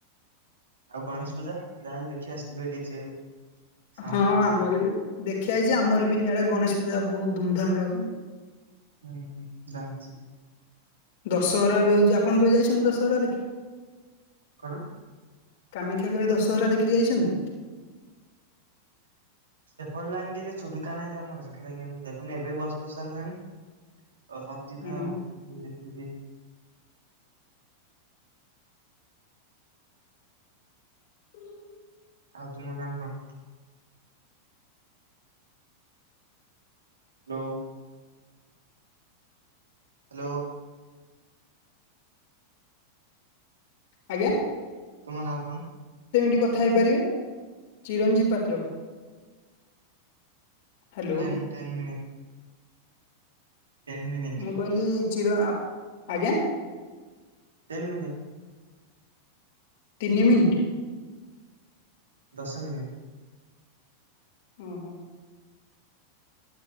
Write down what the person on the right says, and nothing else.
ଆଉ ଗଣେଶ ପୂଜା ଯାହେଲେ ଦେଖି ଆସିଥିବେ ଡିଜେ। ସାଉଣ୍ଡ
ଦେଖି
ଆସିଥିବେ।
ହୁଁ ହୁଁ ଜାଣିଛି।
କଣ
ସେପଟ ଲାଇନ ଟିକେ ସୁବିଧା ନାହିଁତ ଆମର ସେଥିଲାଗି କେମିତି ଏବେ ବସ ଫସ ଚାଲିଲାଣି। ହଁ ଯିବା
ଆଉ ଦେଖିବୁ ଟିକେ।
ଆଉ ତୁମ ନାଁ କଣ? ହ୍ୟାଲୋ। ହ୍ୟାଲୋ।
ତୁମ ନାଁ କଣ?
ten ten minute. Ten minute.
Ten minute.
ଦଶ ମିନିଟ୍।